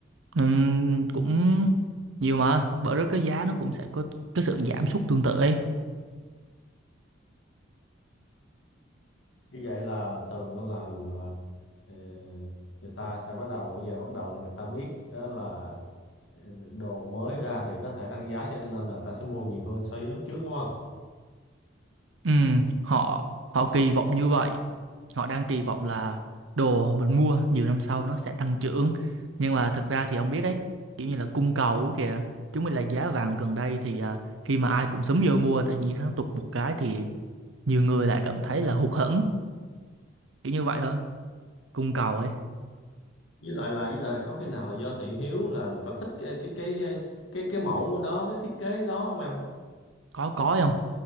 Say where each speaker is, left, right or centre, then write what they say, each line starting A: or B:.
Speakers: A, on the right (about 80°); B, on the left (about 75°).
A: Ừm, cũng nhiều mà bởi đó cái giá nó cũng sẽ có cái sự giảm sút tương tự ấy
B: Như vậy là, là thường á là ờ, người ta sẽ bắt đầu, bây giờ bắt đầu là người ta biết á là ờ, đồ mới ra thì có thể tăng giá cho nên là người ta sẽ mua nhiều hơn so với lúc trước đúng không?
A: Ừ, họ họ kỳ vọng như vậy. Họ đang kỳ vọng là đồ mình mua nhiều năm sau nó sẽ tăng trưởng. Nhưng mà thực ra thì ông biết đấy, kiểu như là cung cầu ấy kìa. Chúng mình là giá vàng gần đây thì à, khi mà ai cũng sớm vô mua tự nhiên hắn tụt một cái thì nhiều người lại cảm thấy là hụt hẫng, kiểu như vậy thôi. Cung cầu ấy,
B: Với lại là với lại là có khi nào là do thị hiếu là người ta thích cái cái cái cái cái mẫu đó, cái thiết kế đó không em?
A: có có không?